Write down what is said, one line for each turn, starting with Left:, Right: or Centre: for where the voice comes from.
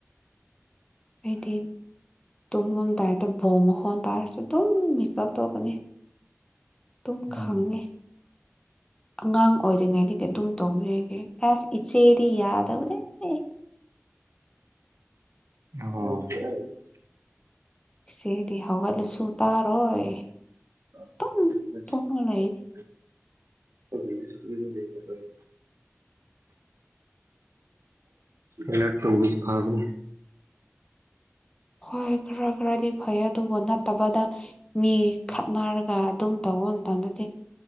Left: ꯑꯩꯗꯤ ꯇꯨꯝꯃꯝꯗꯥꯏꯗ ꯕꯣꯝ ꯃꯈꯣꯟ ꯇꯥꯔꯁꯨ ꯑꯗꯨꯝ ꯃꯤꯀꯞ ꯊꯣꯛꯀꯅꯤ ꯇꯨꯝ
Right: ꯎꯝ
Left: ꯈꯪꯉꯦ ꯑꯉꯥꯡ ꯑꯣꯏꯔꯤꯉꯩꯗꯒꯤ ꯑꯗꯨꯝ ꯇꯧꯔꯤ ꯑꯩꯗꯤ ꯍꯥꯁ ꯏꯆꯦꯗꯤ ꯌꯥꯗꯕ ꯅꯦ
Right: UNINTELLIGIBLE
Left: ꯢꯆꯦꯗꯤ ꯍꯧꯒꯠꯂꯁꯨ ꯇꯥꯔꯣꯏ
Right: INAUDIBLE
Left: ꯑꯗꯨꯝ ꯇꯨꯝꯃ ꯂꯩꯅꯤ
Right: UNINTELLIGIBLE
Left: ꯍꯣꯏ ꯈꯔ ꯈꯔꯗꯤ ꯐꯩꯌꯦ ꯑꯗꯨꯕꯨ ꯅꯠꯇꯕꯗ ꯃꯤ ꯈꯠꯅꯔꯒ ꯑꯗꯨꯝ ꯇꯧꯕ ꯃꯇꯝꯗꯗꯤ